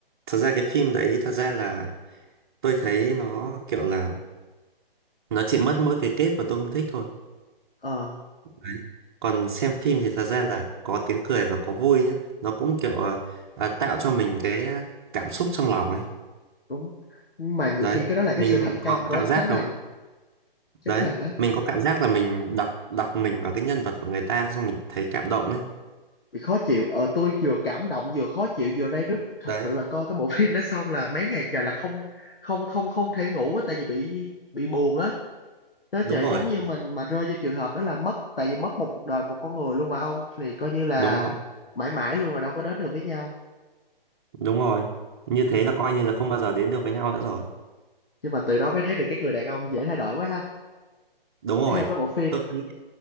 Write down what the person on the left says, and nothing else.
ờ
đúng Nhưng mà nhiều
khi cái đó là cái
sự thành công
của
Trấn Thành
Trấn
Thành đó
bị khó chịu ờ tôi vừa cảm động vừa khó chịu vừa ray rứt thật
sự là coi cái bộ <laughs> phim đó xong là mấy ngày trời là không không không không thể ngủ á tại vì bị bị buồn á đó
trời
giống như mình mà rơi vô trường hợp đó là mất tại vì mất một cuộc đời một con người luôn mà ông thì coi như là
mãi mãi luôn rồi đâu có đến được với nhau
nhưng mà từ đó mới thấy được các người đàn ông dễ thay đổi quá ha
theo cái bộ phim